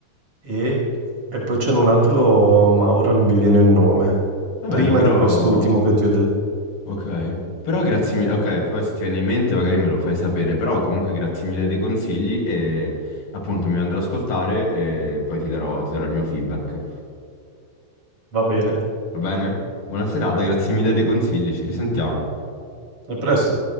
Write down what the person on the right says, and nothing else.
e, e poi c'è un altro, ma ora non mi viene il nome.
Prima
di quest'ultimo che ti ho detto.
Va bene,
a presto.